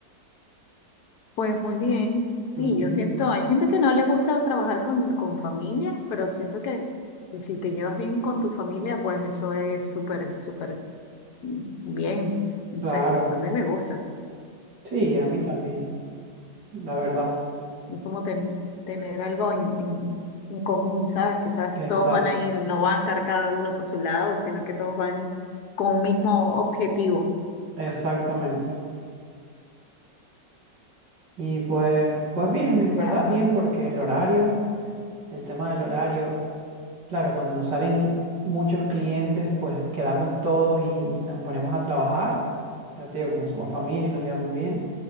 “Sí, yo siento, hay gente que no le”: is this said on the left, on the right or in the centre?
Left